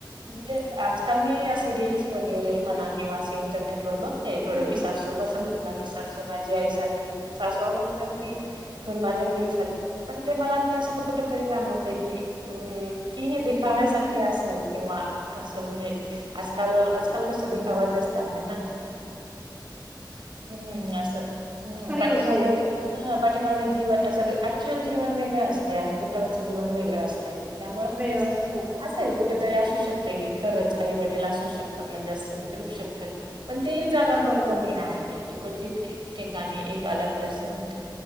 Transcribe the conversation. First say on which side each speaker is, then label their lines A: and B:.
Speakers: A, on the right (about 85°); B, on the right (about 25°).
A: म्हणजे आज कारण मी असं रील्स वगैरे म्हणा के म असं इंटरनेट वर बघ ते थोडं
B: हम्म
A: की सासू असं की <unintelligible> की सासू माझी आई सारखे सासवा म्हणतात की तू पण माझ्या मुलीसारखी. पण ते मला ते असं कुठ तरी जाणवतंय की हूं की हे दिखाव्यासाठी
B: हम्म
A: असेल किंवा असं म्हणजे आजकाल आजकाल कस दिखावाचं जास्त आहे ना. हम्म असं हम्म
B: खरी
A: पाटीमाग
B: गोष्ट आहे
A: हा पाठीमागे जीवन अस ऍक्च्युअल जीवन वेळं असतं आणि दिखाव्याचं जीवन वेगळं असतय. त्यामुळे म्हणजे
B: वेगळं
A: अस
B: असतं हो
A: असेल कुठेतरी असू शकतय की खरंच. आई वडील असू शकतात. म्हणजे अस घेऊ शकतात. पण ते जागा खूप
B: बरोबर
A: कमी आहे. क्वचित एक ठिकाणी एखादा पर्सेंट.